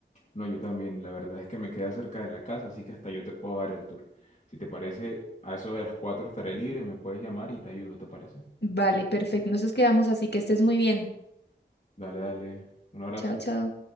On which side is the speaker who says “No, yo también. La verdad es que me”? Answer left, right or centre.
Left